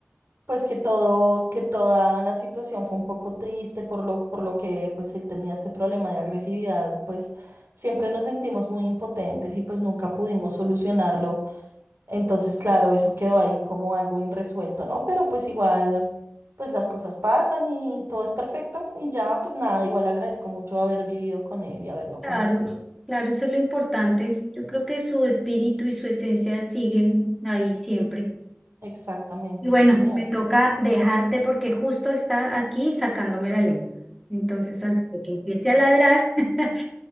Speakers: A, on the right; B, in the centre.
A: Pues que todo, que toda la situación fue un poco triste por lo, por lo que pues él tenía este problema de agresividad, pues siempre nos sentimos muy impotentes y pues nunca pudimos solucionarlo. Entonces, claro, eso quedó ahí como algo irresuelto, ¿no? Pero pues igual, pues las cosas pasan y todo es perfecto y ya, pues nada, igual agradezco mucho haber vivido con él y haberlo
B: Claro,
A: conocido.
B: claro, eso es lo importante. Yo creo que su espíritu y su esencia siguen ahí siempre.
A: Exactamente,
B: Y bueno,
A: sí, señor.
B: me toca dejarte porque justo está aquí sacándome la lengua. Entonces, antes de que empiece a ladrar, <laughs>